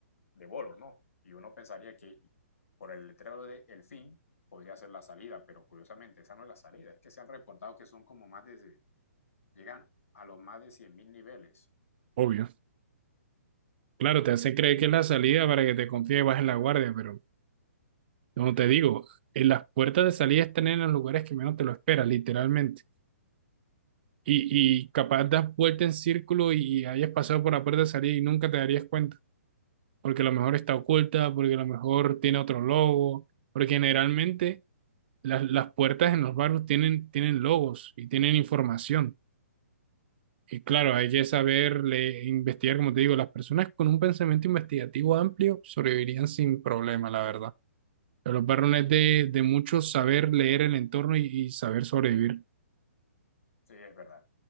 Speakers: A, on the left; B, on the right.
A: de bolos, ¿no? Y uno pensaría que por el letrero de el fin podría ser la salida, pero curiosamente esa no es la salida, es que se han reportado que son como más de, llegan a los más de 100.000 niveles.
B: obvio. Claro, te hace creer que es la salida para que te confíes y bajes la guardia, pero Como te digo, en las puertas de salida están en los lugares que menos te lo esperas, literalmente. Y, y capaz das vuelta en círculo y hayas pasado por la puerta de salida y nunca te darías cuenta, porque a lo mejor está oculta, porque a lo mejor tiene otro logo, porque generalmente las, las puertas en los barrios tienen, tienen logos y tienen información. Y claro, hay que
A: Sí,
B: saber le- investigar, como te digo, las personas con un pensamiento investigativo amplio sobrevivirían sin problema, la verdad. El varón es de, de mucho saber leer el entorno y, y saber sobrevivir.
A: sí, es verdad.